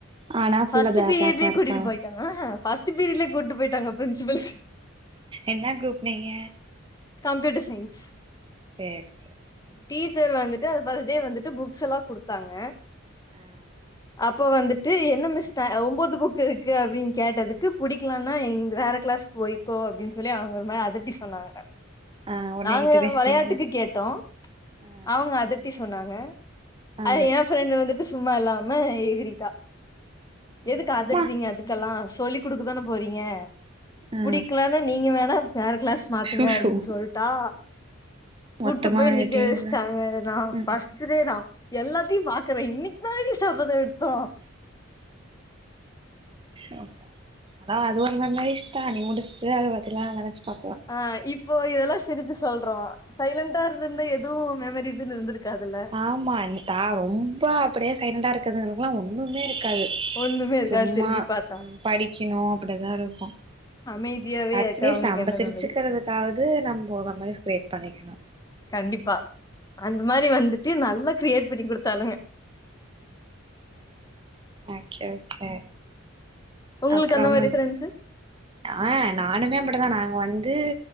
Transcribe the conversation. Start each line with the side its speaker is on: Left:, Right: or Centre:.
Right: ஆனா
Left: ஃபஸ்ட்
Right: ஃபுல்லா பிளா
Left: பீரியட்லயே
Right: பிளாக் மார்க்கா
Left: கூட்டிட்டு போயிட்டாங்க ஆ ஆ ஃபஸ்ட்டு பீரியட்லயே கூட்டு போயிட்டாங்க பிரின்சிபலு
Right: என்னா குரூப் நீங்க
Left: கம்ப்யூட்டர் சைன்ஸ்
Right: சேர் சே
Left: டீச்சர் வந்துட்டு பஸ்ட் டே வந்துட்டு புக்ஸ்ல்லா குடுத்தாங்க
Right: ஆ
Left: அப்போ வந்துட்டு என்ன மிஸ் த அ ஒம்போது புக் இருக்கு அப்டின் கேட்டதுக்கு புடிக்லேனா இந்த வேற கிளாஸ்க் போயி போ அப்டின் சொல்லி அவ்ங் ஒரு மாரி அதட்டி சொன்னாங்க
Right: ஆ ஒடனே
Left: நாங்க
Right: எய்த்து பேசிட்டீங்கல்ல
Left: வெளையாட்டுக்கு கேட்டோ
Right: ஆ
Left: அவுங்க அதட்டி சொன்னாங்க
Right: ஆ
Left: அத என ஃப்ரெண்ட் வந்துட்டு சும்மா இல்லாம எகறிட்டா
Right: ஆ
Left: எதுக்கு அதட்றீங்க
Right: ஆமா
Left: இதுக்கலா சொல்லி்க் குடுக்கதான போறீங்க
Right: ஆ
Left: புடிக்கலானா நீங்க வேணா வேற கிளாஸ் மாத்துங்க
Right: ஷூ
Left: அப்டின்
Right: ஷூ
Left: சொல்ட்டா கூட்டு
Right: மொத்தமா
Left: போய்
Right: ஆயிட்டீங்கல்ல
Left: நிக்க வெச்சிட்டாங்க நா
Right: ம்
Left: ஃப ஸ்டு டே தா எல்லாத்தையு பாக்குறே இன்னைக்கு தானடி சபதோ எடுத்தோ
Right: ஆமா அதா அது ஒரு மெமரிஸ் தா இனி முடிச்சிட்டு அத பத்திலா நெனைச்சு பாக்கலா
Left: அ இப்போ இதெல்லா சிரிச்சு சொல்றோ சைலன்டா இருந்திருந்தா எது மெமரிஸ்னு இருந்திருக்காதுல்ல
Right: ஆமா இன்னிதா ரொம்ப அப்டியே சைலண்டண்டா இருக்கிறதகளுக்லா ஒன்னுமே இருக்காது
Left: ஒண்ணுமே இருக்காது
Right: சும்மா
Left: திரும்பி பாத்தா
Right: படிக்கணு அப்டிதா இருக்கு
Left: அமைதியாவே
Right: அட்லீஸ்ட்
Left: இருக்கவங்களுக்கு
Right: நம்ப
Left: எந்த
Right: சிரிச்சிக்கிறதுக்காவது
Left: மெமரிஸ்
Right: நம்போ மெமரிஸ் கிரியேட் பண்ணிக்கணு
Left: கண்டிப்பா அந்த மாரி வந்துட்டு நல்லா கிரியேட் பண்ணி குடுத்தாலுக
Right: ஓகே ஓகே
Left: உங்களுக்கு
Right: அப்றோ
Left: அந்த மாரி ஃப்ரெண்ட்சு
Right: ஆ நானுமே அப்டிதா நாங்க வந்து